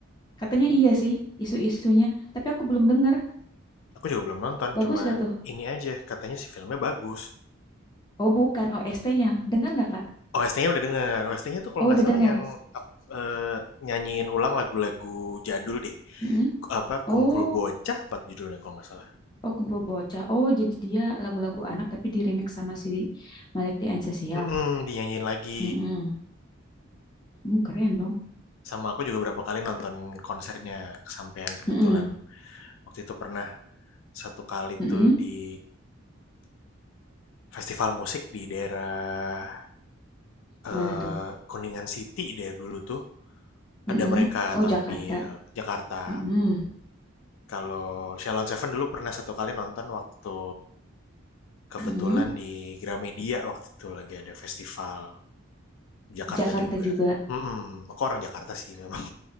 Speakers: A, on the left; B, on the left.
A: katanya iya sih isu-isunya. Tapi aku belum denger.
B: Aku juga belum nonton,
A: Bagus
B: cuma
A: gak tuh?
B: ini aja, katanya si filmnya bagus.
A: Oh bukan OST-nya. Dengar nggak Kak?
B: OST-nya udah denger, OST-nya tuh kalau
A: Oh
B: nggak
A: udah
B: salah
A: dengar.
B: yang ap- eh, nyanyiin ulang lagu-lagu jadul deh.
A: Mhm.
B: Apa,
A: Oh,
B: Kumpul Bocah apa judulnya kalau nggak salah.
A: oh kumpul bocah. Oh jadi dia lagu-lagu anak tapi di remake sama si Malik the Ancestral.
B: mm dinyanyiin lagi.
A: Mhm. Hmm, keren dong.
B: Sama aku juga berapa kali nonton konsernya kesampaian kebetulan.
A: Mm-mm.
B: Waktu itu pernah satu kali
A: Mm-mm.
B: tuh di festival musik di daerah
A: Mana
B: eh,
A: tuh?
B: Kuningan City dari dulu tuh. Ada
A: Mm-mm.
B: mereka
A: Oh,
B: tampil
A: Jakarta.
B: Jakarta.
A: Mm-mm.
B: Kalau Shalon Seven dulu pernah satu kali nonton waktu kebetulan
A: Mm.
B: di Gramedia waktu itu lagi ada festival Jakarta
A: Di Jakarta
B: juga.
A: juga.
B: Mhm, aku orang Jakarta sih memang.